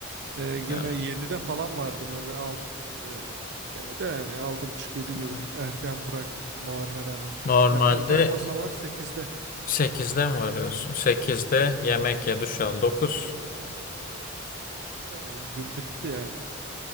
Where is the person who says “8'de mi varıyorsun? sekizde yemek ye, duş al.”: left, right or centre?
Left